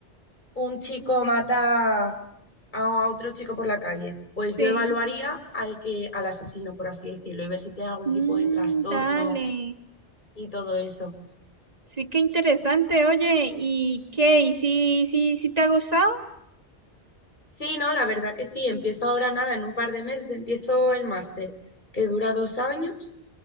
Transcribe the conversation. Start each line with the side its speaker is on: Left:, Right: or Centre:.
Left: un chico mata a otro chico por la calle, pues
Right: Sí.
Left: yo evaluaría al que, al asesino, por así decirlo, y ver si tiene algún
Right: Mm,
Left: tipo de trastorno
Right: dale.
Left: y todo eso.
Right: Sí, qué interesante, oye. ¿Y qué? ¿Y si, si, si te ha gustado?
Left: Sí, no, la verdad que sí, empiezo ahora nada, en un par de meses empiezo el máster, que dura dos años,